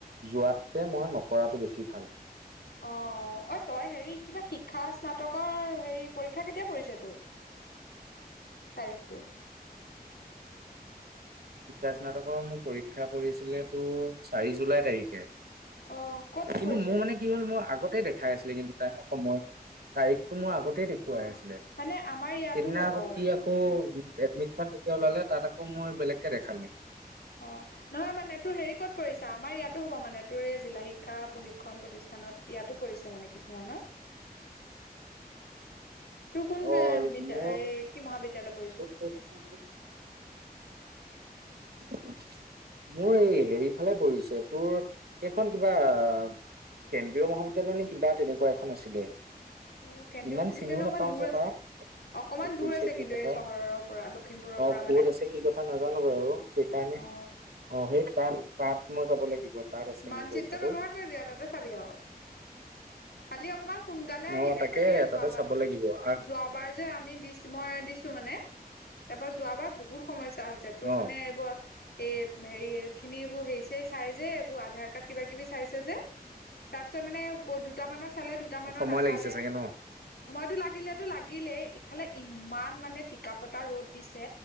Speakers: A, on the right (about 70°); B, on the left (about 85°).
A: যোৱাতকে মই নকৰাটো বেছি ভাল
B: অহ অ তই হেৰি কিবা শিক্ষা স্নাতকৰ হেৰি পৰীক্ষা কেতিয়া পৰিছে তোৰ
A: <inaudible>
B: তাৰিখটো
A: শিক্ষা স্নাতকৰ মোৰ পৰীক্ষা পৰিছিলে তোৰ চাৰি জুলাই তাৰিখে
B: অ ক'ত
A: কিন্তু
B: পৰিছে
A: মোৰ মানে কি হ'ল মই আগত তে দেখাই আছিলে কিন্তু তাৰ অসমৰ তাৰিখটো মোৰ আগতে তেই দেখুৱাই
B: অ
A: আছিলে
B: মানে আমাৰ ইয়াতো
A: সেইদিনা
B: হ'ব
A: আকৌ কি আকৌ
B: তোৰ
A: এডমিতখন ওলালে তাত আকৌ মোৰ বেলেগকে দেখালে
B: অহ, নহয় মানে তোৰ হেৰি ক'ত পৰিছে আমাৰ ইয়াতো হ'ব মানে তোৰ এই জিলা শিক্ষা প্ৰশিক্ষণ প্ৰতিষ্ঠা খনত ইয়াতো পৰিছে মানে কিছুমানৰ
A: <inaudible>
B: তোৰ কোন
A: অ
B: এহ বিদ্যা
A: মোৰ
B: এই কি মহাবিদ্যালয় পৰিছে
A: ক'ত বুলি <unintelligible> মোৰ এই হেৰি ফালে পৰিছে তোৰ এইখন কিবা কেন্দ্ৰীয় মহাবিদ্যালয় নে কিবা তেনেকুৱা এখন আছিলে
B: তোৰ কেন্দ্ৰীয়
A: ইমান
B: মহাবিদ্যালয়
A: চিনিও
B: অকমান
A: নাপাও
B: দূৰ
A: যে
B: আছে।
A: তাৰ কত
B: অকমান দূৰ
A: পৰিছে
B: আছে
A: কি
B: কিন্তু
A: কথা
B: এই চহৰৰ পৰা লখিমপুৰৰ
A: অ
B: পৰা
A: কত
B: মানে
A: আছে কি কথা নাজানো বাৰু সেইকাৰণে
B: অ
A: অ সেই তা তাত মই যাব লাগিব তাত আছে
B: মানচিত্ৰ
A: মোৰ পৰীক্ষাটো
B: ব্যৱহাৰ কৰিবি আৰু তাতে চাবি আও খালি অকমান সোনকালে আহিবি
A: অ তাকে
B: মানে যোৱাবাৰ
A: তাতে চাব লাগিব আৰু
B: যোৱাবাৰ যে আমি দিছ মই দিছো মানে তাৰ পা যোৱাবাৰ বহুত সমস্যা হৈছে তোৰ
A: অ',
B: মানে এইবাৰ এই হেৰি এই খিনি এইিবোৰ হেৰিছে চাই যে এইবোৰ আধাৰ কাৰ্ড কিবা কিবি চাইছে যে তাৰপিছত মানে দুট মানৰ চালে দুটামানৰ
A: সময়
B: নাচালে
A: লাগিছে চাগে ন?
B: টো লাগিলটো লাগিলেই ইফালে ইমান মানে টিকা‌ ফটা ৰ'দ দিছে